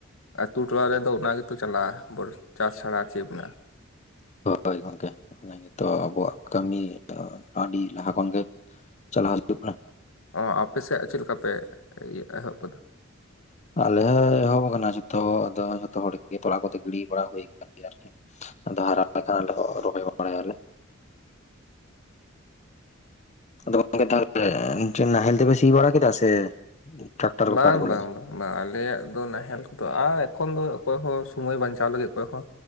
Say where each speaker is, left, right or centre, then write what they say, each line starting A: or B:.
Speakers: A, on the left; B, on the left.
A: ᱟᱛᱳ ᱴᱚᱞᱟ ᱨᱮᱫᱚ ᱚᱱᱟ ᱜᱮᱛᱚ ᱪᱟᱞᱟᱜ-ᱟ ᱪᱟᱥ ᱪᱷᱟᱲᱟ ᱪᱮᱫ ᱢᱮᱱᱟᱜ-ᱟ᱾
B: ᱦᱳᱭ ᱜᱚᱝᱠᱮ ᱚᱱᱟ ᱜᱮᱛᱚ ᱟᱵᱚᱣᱟᱜ ᱠᱟᱹᱢᱤ ᱟᱹᱰᱤ ᱞᱟᱦᱟ ᱠᱷᱚᱱ ᱜᱮ ᱪᱟᱞᱟᱣ ᱦᱤᱡᱩᱜ ᱠᱟᱱᱟ
A: ᱚ ᱟᱯᱮᱥᱮᱡ ᱪᱮᱫ ᱞᱮᱠᱟ ᱯᱮ ᱮᱦᱚᱵ ᱟᱠᱟᱫᱟ
B: ᱟᱞᱮ ᱦᱚᱸ ᱮᱦᱚᱵ ᱟᱠᱟᱱᱟ ᱡᱚᱛᱚ ᱟᱫᱚ ᱡᱚᱛᱚ ᱦᱚᱲ ᱜᱮ ᱛᱚᱲᱟ ᱠᱚᱫᱚ ᱜᱤᱰᱤ ᱵᱟᱲᱟ ᱦᱩᱭ ᱟᱠᱟᱱ ᱜᱮᱭᱟ ᱟᱨᱠᱤ ᱟᱫᱚ ᱦᱟᱨᱟ ᱞᱮᱠᱷᱟᱱ ᱟᱞᱮ ᱦᱚᱸ ᱨᱚᱦᱚᱭ ᱵᱟᱲᱟᱭᱟᱞᱮ ᱟᱫᱚ ᱜᱚᱝᱠᱮ ᱛᱟᱦᱞᱮ ᱱᱟᱦᱮᱞ ᱛᱮᱯᱮ ᱥᱤ ᱵᱟᱲᱟ ᱠᱮᱫᱟ ᱥᱮ ᱴᱨᱟᱠᱴᱟᱨ ᱠᱚᱯᱮ
A: ᱵᱟᱝ
B: ᱟᱬᱜᱚ
A: ᱵᱟᱝ ᱵᱟᱝ ᱵᱟᱝ ᱟᱞᱮᱭᱟᱜ ᱫᱚ ᱱᱟᱦᱮᱞ ᱠᱚᱫᱚ ᱟᱨ ᱮᱠᱷᱚᱱ ᱫᱚ ᱚᱠᱚᱭ ᱦᱚᱸ ᱥᱚᱢᱚᱭ ᱵᱟᱧᱪᱟᱣ ᱞᱟᱹᱜᱤᱫ ᱚᱠᱚᱭ ᱦᱚᱸ